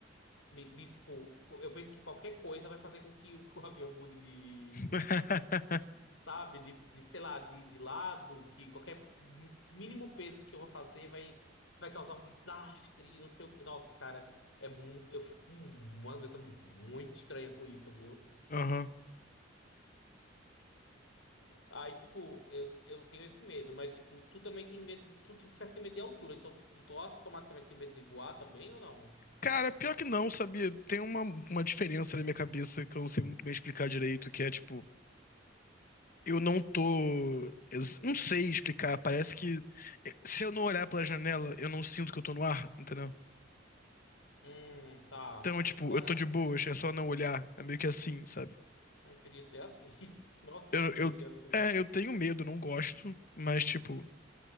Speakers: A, on the left; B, on the left.
A: me, me, tipo, eu penso que qualquer coisa vai fazer com que o, <laughs> que o avião mude de,
B: <laughs>
A: sabe, de, de, sei lá, de, de lado, que qualquer mi- mínimo peso que eu vou fazer vai, vai causar um desastre, e não sei o que. Nossa, cara, é, mu- eu fico com uma cabeça muito estranha com isso, viu?
B: Aham.
A: Aí, tipo, eu, eu tenho esse medo, mas, tipo, tu também tem medo, tu, tu disseste que tem medo de altura, então, tipo, tu, tu automaticamente tem medo de voar também ou não?
B: Cara, pior que não, sabia? Tem uma, uma diferença na minha cabeça que eu não sei muito bem explicar direito, que é tipo, eu não tô. ex- Não sei explicar. Parece que eh, se eu não olhar pela janela, eu não sinto que eu tô no ar, entendeu?
A: Hum, tá.
B: Então,
A: Agora,
B: tipo, eu tô de boas, é só não olhar. É meio que assim, sabe?
A: eu queria ser assim. <laughs> Nossa, como
B: Eu,
A: eu queria
B: eu,
A: ser assim.
B: é, eu tenho medo, não gosto, mas, tipo,